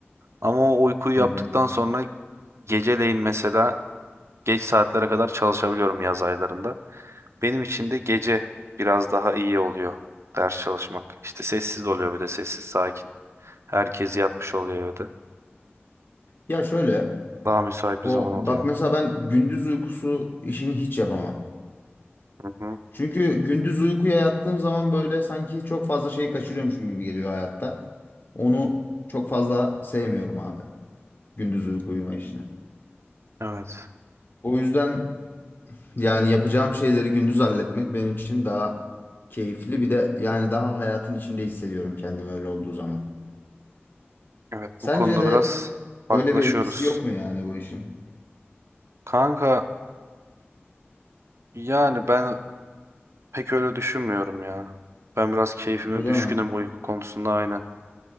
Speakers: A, on the right; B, on the left.
A: Ama o uykuyu
B: Hı
A: yaptıktan
B: hı.
A: sonra geceleyin mesela Geç saatlere kadar çalışabiliyorum yaz aylarında. Benim için de gece biraz daha iyi oluyor ders çalışmak. İşte sessiz oluyor bir de sessiz sakin. Herkes yatmış oluyor evde.
B: Ya şöyle
A: Daha müsait
B: o
A: bir zaman
B: bak
A: oluyor.
B: mesela ben gündüz uykusu işini hiç yapamam.
A: Hı hı.
B: Çünkü gündüz uykuya yattığım zaman böyle sanki çok fazla şeyi kaçırıyormuşum gibi geliyor hayatta. Onu çok fazla sevmiyorum abi. Gündüz uyku uyuma işini.
A: Evet.
B: O yüzden Yani yapacağım şeyleri gündüz halletmek benim için daha keyifli. Bir de yani daha hayatın içinde hissediyorum kendimi öyle olduğu zaman.
A: Evet
B: Sence
A: bu konuda
B: de
A: biraz farklılaşıyoruz.
B: öyle bir etkisi yok mu yani bu işin?
A: Kanka yani ben pek öyle düşünmüyorum ya. Ben biraz keyfime
B: Öyle
A: düşkünüm
B: mi?
A: uyku konusunda aynen.